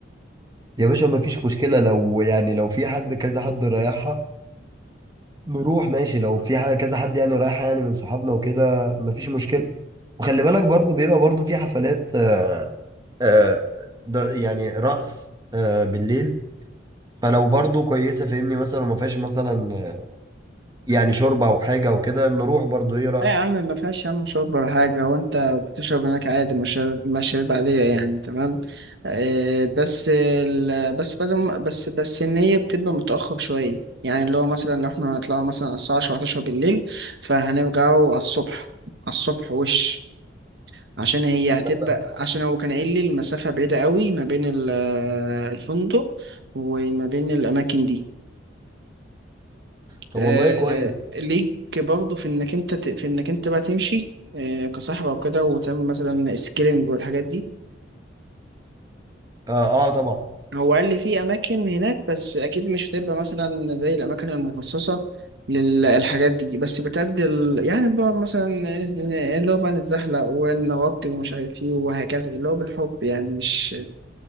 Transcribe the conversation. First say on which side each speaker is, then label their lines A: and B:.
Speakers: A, on the right; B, on the right.
A: يا باشا ما فيش مشكلة لو يعني لو في حد كذا حد رايحها نروح ماشي لو في حاجة كذا حد يعني رايح يعني من صحابنا وكده مفيش مشكلة وخلي بالك برضو بيبقى برضو في حفلات آه، آه، ده يعني رقص آه، بالليل فلو برضو كويسة فاهمني مثلا وما فيهاش مثلا آه، يعني شوربة أو حاجة أو كده نروح برضو إيه رأيك؟
B: ايه يا عم ما فيهاش يا عم شرب ولا حاجة هو انت بتشرب هناك عادي مشاريب مشاريب عادية يعني تمام آه بس ال... بس بس بس بس ان هي بتبقى متأخر شوية يعني اللي هو مثلا لو احنا هنطلعوا مثلا على الساعة 10 11 بالليل فهنرجعوا على الصبح على الصبح وش عشان هي
A: على-
B: هتبقى عشان هو كان قايل لي المسافة بعيدة قوي ما بين ال- الفندق وما بين الأماكن دي
A: طب
B: آه،
A: والله كويس
B: ليك برضه في انك انت ت- في انك انت بقى تمشي آه، كصاحب او كده وتعمل مثلا سكيلينج والحاجات دي
A: آه, آه طبعا
B: هو قال لي في اماكن هناك بس اكيد مش هتبقى مثلا زي الاماكن المخصصه للحاجات دي بس بتأدي ال- يعني بقى مثلا نز- اللي هو بقى نتزحلق ونغطي ومش عارف ايه وهكذا اللي هو بالحب يعني مش